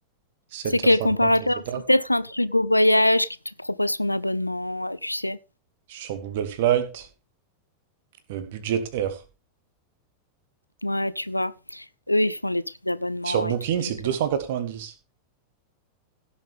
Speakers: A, on the right (about 55°); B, on the left (about 80°).
A: 7h50
B: C'est quel comparateur?
A: à l'étape.
B: C'est peut-être un truc au voyage qui te propose son abonnement, euh, tu sais.
A: Sur Google Flight, euh, Budget Air.
B: Ouais, tu vois. Eux, ils font les trucs d'abonnement
A: Sur Booking,
B: et tout. Donc,
A: c'est 290.
B: euh,